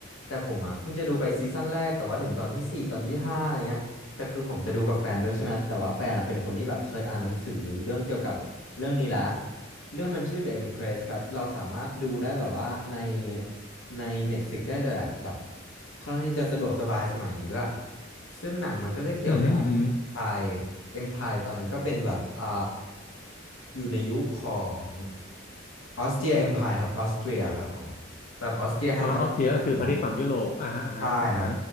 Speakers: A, on the left; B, on the left.
A: แต่ผมอ่ะเพิ่งจะดูไปซีซั่นแรกแต่ว่าถึงตอนที่สี่ตอนที่ห้าอะไรเงี้ยแต่คือผมจะดูกับแฟนด้วยใช่ไหมแต่ว่าแฟนอ่ะเป็นคนที่แบบเคยอ่านหนังสือเรื่องเกี่ยวกับเรื่องนี้ละ เรื่องมันชื่อ The Empress ครับ เราสามารถดูได้แบบว่าในใน Netflix ได้เลยอ่ะแบบค่อนข้างที่จะสะดวกสบายสมัยนี้ด้วยซึ่งหนังมันก็จะเกี่ยวกับ
B: อือหืออือหือ
A: Empire Empire ตอนนั้นก็เป็นแบบอ่าอยู่ในยุคของออสเตรีย Empire ครับออสเตรียครับผมแบบออสเตรียฮังการ
B: อ๋อออสเซียก็คือประเทศฝั่งยุโรปอ่าฮะอ่าฮะอ่าฮะ
A: ี ใช่ครับ